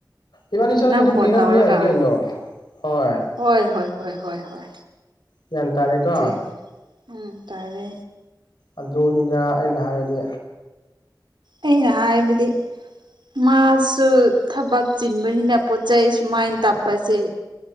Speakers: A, on the left; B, on the right.
A: ꯏꯕꯥꯟꯅꯤ ꯆꯠꯂꯒ
B: ꯅꯪ
A: ꯑꯗꯨꯝ
B: ꯐꯣꯟ
A: ꯄꯤꯔꯕ
B: ꯇꯧꯔꯒ
A: ꯌꯥꯏ ꯀꯩꯅꯣ ꯍꯣꯏ
B: ꯍꯣꯏ ꯍꯣꯏ ꯍꯣꯏ ꯍꯣꯏ ꯍꯣꯏ
A: ꯒ꯭ꯌꯥꯟ ꯇꯔꯦꯀꯣ
B: ꯑꯗꯨꯏ ꯎꯝ ꯇꯥꯔꯦ
A: ꯑꯗꯨꯅꯤꯗ ꯑꯩꯅ ꯍꯥꯏꯔꯗꯤ
B: ꯑꯩꯅ ꯍꯥꯏꯕꯗꯤ ꯃꯥꯁꯨ ꯊꯕꯛ ꯆꯤꯟꯕꯅꯤꯅ ꯄꯣꯠ ꯆꯩ ꯁꯨꯃꯥꯏꯅ ꯇꯞꯄꯁꯦ